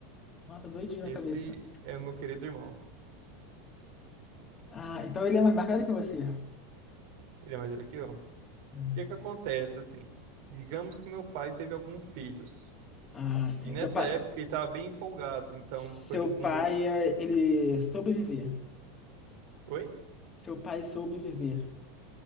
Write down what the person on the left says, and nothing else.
Nossa, doidinho
na cabeça.
Ah, então ele é mais mais velho que você.
Hum.
Ah, sim.
Seu pai.
Seu
pai,
eh, ele soube viver.
Seu pai soube viver.